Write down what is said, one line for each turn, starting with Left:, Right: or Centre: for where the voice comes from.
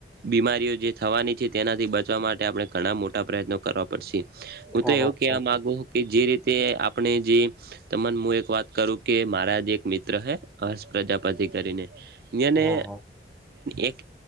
Right: બીમારીઓ જે થવાની છે તેનાથી બચવા માટે આપણે ઘણા મોટા પ્રયત્નો કરવા પડશે, હું
Centre: હા
Right: તો એવું
Centre: વાત
Right: કવા
Centre: સાચી
Right: મામાંગુ કે જે રીતે આપણે જે તને હું એક વાત કરું કે મારા જ એક મિત્ર હ હર્ષ પ્રજાપતિ કરીને. એણે
Centre: હા હા
Right: એક